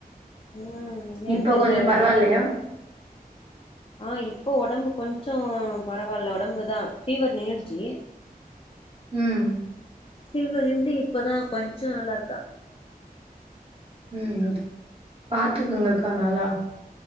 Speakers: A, on the left; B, on the right.
A: ம் ஏன்
B: இப்ப
A: தெர்ல
B: கொஞ்சம்
A: ஒரு
B: பரவாயில்லையா?
A: மாரி இருக்கா ஆ இப்போ ஒடம்பு கொஞ்சோ பரவால்ல ஒடம்பு தா ஃபீவர் நின்னுடுச்சி
B: ம்
A: ஃபீவர் நின்ட்டு இப்பதா கொஞ்சோ நல்லாருக்கா
B: ம் பாத்துக்கங்க கா நல்லா